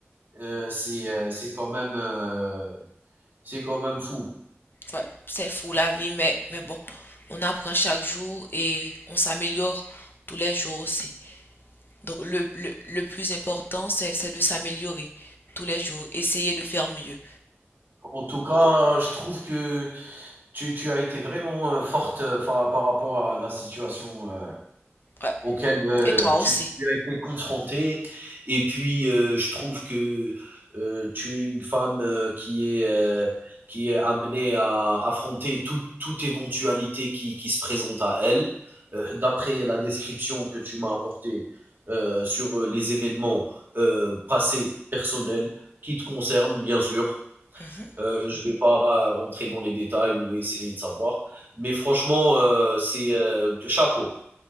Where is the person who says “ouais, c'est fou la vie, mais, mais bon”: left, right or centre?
Left